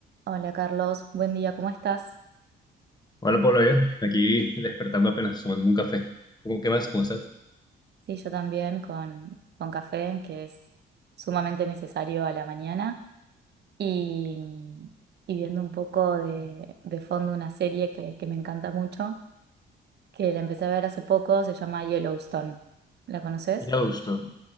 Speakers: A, on the right; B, on the left.
A: Hola Carlos, buen día, ¿cómo estás?
B: Hola, Pablo, bien. Aquí despertando apenas tomando un café. ¿Cómo, qué más? ¿Cómo estás?
A: Sí, yo también con, con café, que es sumamente necesario a la mañana, y, y viendo un poco de, de fondo una serie que, que me encanta mucho, que la empecé a ver hace poco, se llama Yellowstone. ¿La conoces?
B: Ya, gusto.